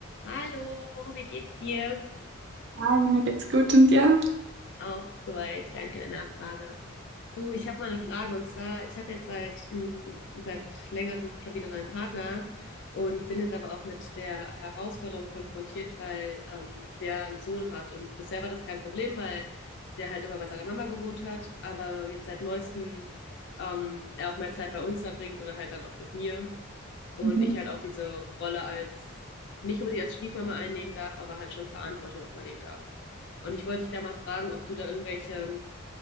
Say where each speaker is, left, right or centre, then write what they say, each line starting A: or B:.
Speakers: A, on the left; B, on the right.
A: Hallo, wie geht's dir?
B: Hi, mir geht's gut und dir?
A: Auch soweit, danke der Nachfrage. Du, ich habe mal eine Frage und zwar, ich habe jetzt seit, m, seit längerem schon wieder einen neuen Partner und bin jetzt aber auch mit der Herausforderung konfrontiert, weil ähm, der einen Sohn hat und bisher war das kein Problem, weil der halt immer bei seiner Mama gewohnt hat, aber jetzt seit neuestem ähm, er auch mehr Zeit bei uns verbringt oder halt dann auch mit mir. Und
B: Mhm.
A: ich halt auch diese Rolle als, nicht unbedingt als Stiefmama einnehmen darf, aber halt schon Verantwortung auch übernehmen darf. Und ich wollte dich da mal fragen, ob du da irgendwelche